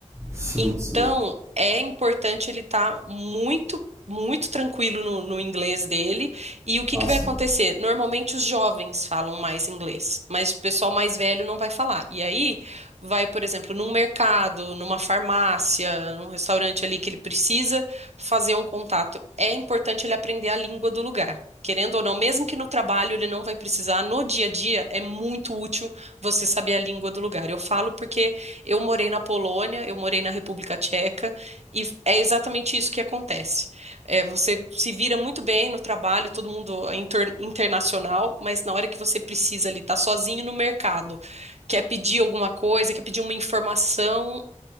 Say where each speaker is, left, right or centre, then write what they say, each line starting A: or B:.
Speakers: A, on the right (about 20°); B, on the right (about 60°).
A: Sim,
B: Então,
A: sim.
B: é importante ele estar muito, muito tranquilo no, no inglês dele. E o que
A: Nossa,
B: que vai acontecer? Normalmente os jovens falam mais inglês, mas o pessoal mais velho não vai falar. E aí vai, por exemplo, num mercado, numa farmácia, num restaurante ali que ele precisa fazer um contato. É importante ele aprender a língua do lugar. Querendo ou não, mesmo que no trabalho ele não vai precisar, no dia a dia é muito útil você saber a língua do lugar. Eu falo porque eu morei na Polônia, eu morei na República Tcheca, e é exatamente isso que acontece. É, você se vira muito bem no trabalho, todo mundo é inter- internacional, mas na hora que você precisa ali, tá sozinho no mercado, quer pedir alguma coisa, quer pedir uma informação,